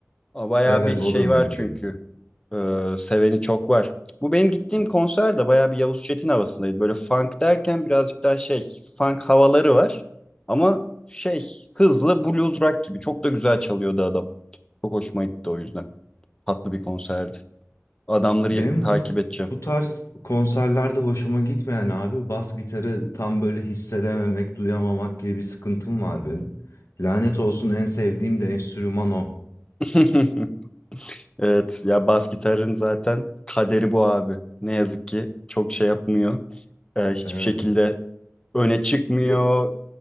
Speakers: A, on the left; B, on the left.
A: Aa, Bayağı
B: Evet
A: bir şey
B: o da mümkün.
A: var çünkü. Ee, seveni çok var. Bu benim gittiğim konser de bayağı bir Yavuz Çetin havasındaydı. Böyle funk derken birazcık daha şey, funk havaları var. Ama şey, hızlı blues rock gibi. Çok da güzel çalıyordu adam. Çok hoşuma gitti o yüzden. Tatlı bir konserdi. Adamları
B: Benim
A: ye- takip
B: hoş-
A: edeceğim.
B: bu tarz konserlerde hoşuma gitmeyen abi bas gitarı tam böyle hissedememek, duyamamak gibi bir sıkıntım var benim. Lanet olsun en sevdiğim de enstrüman o.
A: <laughs> Evet, ya bas gitarın zaten kaderi bu abi. Ne yazık ki çok şey yapmıyor. Ee, hiçbir
B: Evet.
A: şekilde öne çıkmıyor,
B: Ve